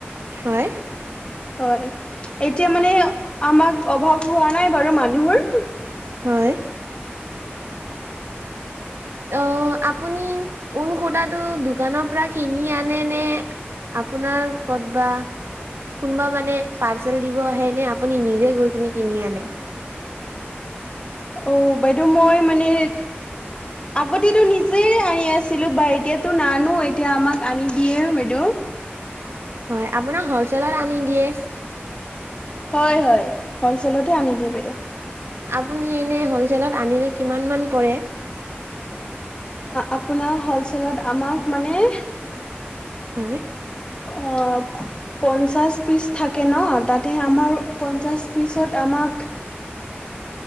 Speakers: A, on the right; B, on the left.
A: হয়
B: হয় এতিয়া মানে আমাক অভাৱ হোৱা নাই বাৰু মানুহৰ
A: হয় <inaudible> অ আপুনি ঊন সূতাটো দোকানৰ পৰা কিনি আনে নে আপোনাৰ ক'ত বা কোনোবা মানে পাৰ্চেল দিব আহে নে আপুনি নিজে গৈ কিনে কিনি আনে
B: অ বাইদেউ মই মানে আগতেতো নিজে যে আনি আছিলোঁ বা এতিয়াতো নানো এতিয়া আমাক আনি দিয়ে বাইদেউ
A: হয় আপোনাক হলচেলত আনি দিয়ে
B: হয় হয় হলচেলতহে আনি দিয়ে বাইদেউ
A: আপুনি এনেই হ'লচেলত আনিলে কিমান মান পৰে
B: আপোনাৰ হ'লচেলত আমাক মানে
A: হয়
B: অ পঞ্চাশ পিচ থাকে ন তাতে আমাৰ পঞ্চাশ পিচত আমাক